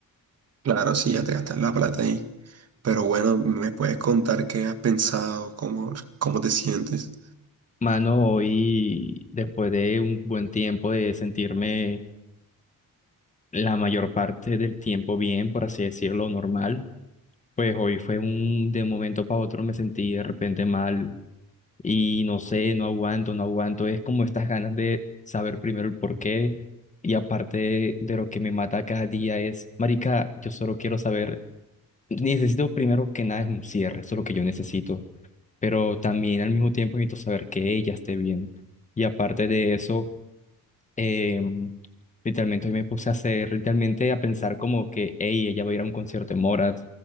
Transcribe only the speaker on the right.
claro, sí, ya te gastas la plata ahí. Pero bueno, ¿me puedes contar qué has pensado? ¿Cómo, cómo te sientes?